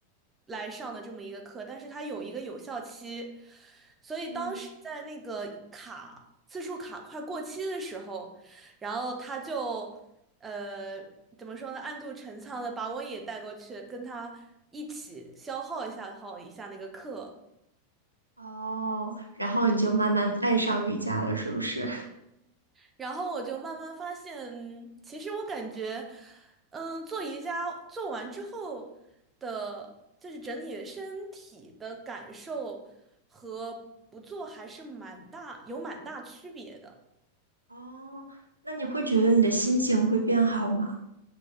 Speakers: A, on the right; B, on the right.
A: 来上的这么一个课，但是它有一个有效期，
B: <laughs>
A: 所以当时在那个卡次数卡快过期的时候。
B: 嗯，
A: 然后他就呃怎么说呢，暗度陈仓的把我也带过去，跟他一起消耗一下耗一下那个课。
B: 哦，然后你就慢慢爱上瑜伽了，是不是？
A: 然后我就慢慢发现，其实我感觉，嗯，做瑜伽做完之后的，就是整体的身体的感受和不做还是蛮大，有蛮大区别的。
B: 哦，那你会觉得你的心情会变好吗？